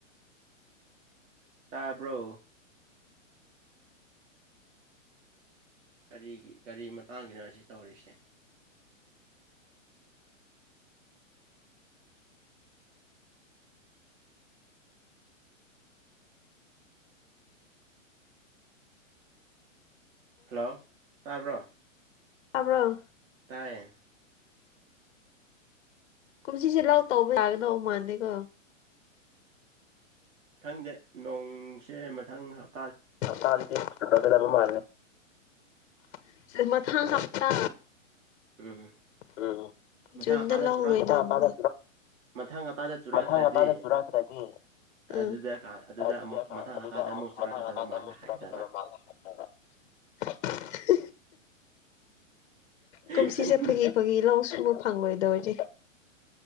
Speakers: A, on the right; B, on the left.
A: ꯇꯥꯕ꯭ꯔꯣ ꯀꯔꯤꯒꯤ ꯀꯔꯤ ꯃꯇꯥꯡꯒꯤꯅꯣ ꯁꯤ ꯇꯧꯔꯤꯁꯦ ꯍꯜꯂꯣ ꯇꯥꯕ꯭ꯔꯣ
B: ꯇꯥꯕ꯭ꯔꯣ
A: ꯇꯥꯏꯌꯦ
B: ꯀꯨꯝꯁꯤꯁꯦ ꯂꯧ ꯇꯧꯕ ꯌꯥꯒꯗꯧ ꯃꯥꯟꯗꯦꯀꯣ
A: ꯈꯪꯗꯦ ꯅꯣꯡꯁꯦ ꯃꯊꯪ ꯍꯞ
B: ꯇꯥꯗꯗꯤ <unintelligible> <unintelligible> ꯃꯥ ꯃꯊꯪ ꯍꯞꯇꯥ
A: ꯎꯝ
B: ꯎꯝ ꯨꯖꯨꯟꯗ
A: ꯃꯊꯪ ꯍꯞꯇꯥꯗ
B: ꯂꯧꯂꯣꯢꯅꯕꯅꯤ
A: ꯆꯨꯔꯛꯇ꯭ꯔ ꯃꯊꯪ ꯍꯞꯇꯥꯗ ꯆꯨꯔꯛꯇ꯭ꯔꯗꯤ
B: ꯃꯊꯪ ꯍꯞꯇꯥꯗ <unintelligible> ꯑꯗꯨꯔꯛꯇ꯭ꯔꯗꯤ
A: ꯑꯗꯨꯗ
B: ꯎꯝ
A: ꯀꯥꯟ
B: ꯑꯗꯨꯗ
A: ꯑꯃꯨꯛ ꯃꯊꯪ
B: ꯑꯗꯨꯗ
A: ꯍꯞꯇꯥꯗ ꯑꯃꯨꯛ ꯆꯨꯔꯛꯀꯗꯕ
B: <unintelligible> ꯍꯗ
A: ꯃꯥꯜꯂꯦ
B: ꯃꯨꯁꯒ
A: ꯍꯥꯏꯒꯗꯕ
B: ꯃꯥ ꯍꯥꯏ <unintelligible> ꯀꯨꯝꯁꯤꯁꯦ
A: ꯈꯪꯉꯤꯅ
B: ꯐꯒꯤ- ꯐꯥꯒꯤ ꯂꯧ ꯁꯨꯕ ꯐꯪꯂꯣꯏꯗꯧꯔꯤ